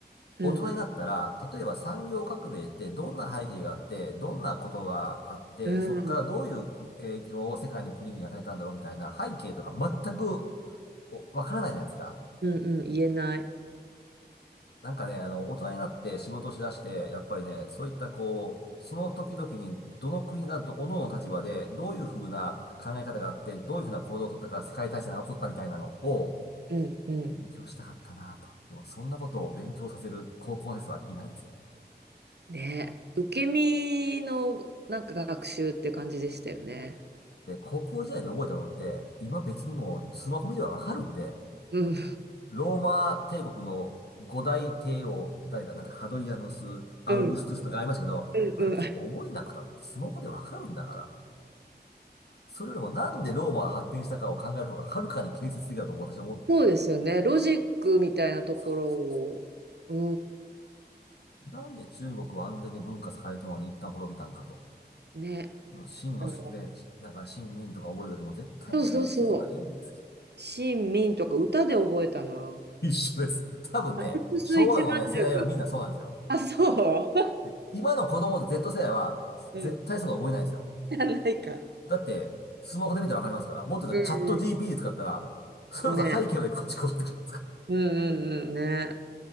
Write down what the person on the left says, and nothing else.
大人になったら、例えば産業革命ってどんな背景があって、どんなことがあって、
そこからどういうく影響を世界の国々に与えたんだろうみたいな背景とか全く
おわからないじゃないですか。
なんかね、あの、大人になって仕事をしだして、やっぱりね、そういったこう、その時々にどの国がど、各々の立場で、どういうふうな考え方があって、どういうふうな行動を取ったから世界大戦が起こったみたいなのを
勉強したかったなと。でも、そんなことを勉強させる高校の先生はいないですよね。
で、高校時代で覚えたのって、今別にもうスマホ見ればわかるんで、
ローマ帝国の五大帝王、誰だ、なんかハドリアヌス、アウグストゥスとかありましたけど、
まだ別に覚えなくたってスマホでわかるんだから。
それよりもなんでローマが発展したかを考える方がはるかに建設的だと私は思う。
そうそ
う。なんで中国はあんだけ文化栄えたのに一旦滅びたんかと。
秦の宿で、
なんか秦民とか覚えるよりも絶対に廃棄とかいいんですけど。
一緒です。多分ね、
昭和のね、世代はみんなそうなんですよ。
で、今の子供と Z 世代は絶対そんなの覚えないですよ。
だって、スマホで見たらわかりますから、もっと言うとチャット
g p で使ったら、それこそ背景まで詳しく教えてくれますから。